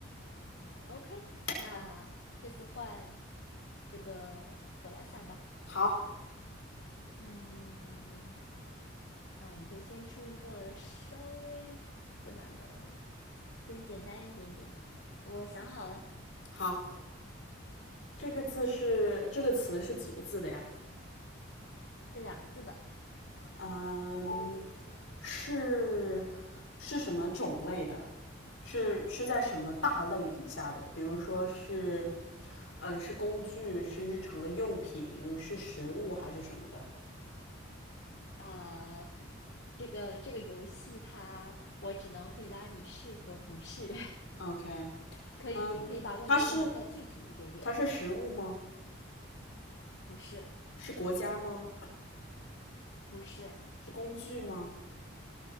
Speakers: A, on the left (about 60°); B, on the left (about 80°).
A: OK，那这次换
B: 好，
A: 这个我来想吧。
B: 好，
A: 嗯，那我们就先出一个稍微不难的，先简单一点点的。我想好了，
B: 好，这个字是这个词是几个字的呀？
A: 是两个字的。
B: 嗯，是是什么种类的？是是在什么大类底下的？比如说是，嗯，是工具，是日常的用品，是食物还是什么的
A: 啊、这个这个游戏它，我只能回答你是和不是，
B: ？OK，
A: <laughs> 可以可以把问题问的再具体一点点。
B: 嗯，它是它是食物吗？
A: 不是，
B: 是国家吗？
A: 不是，
B: 是工具吗？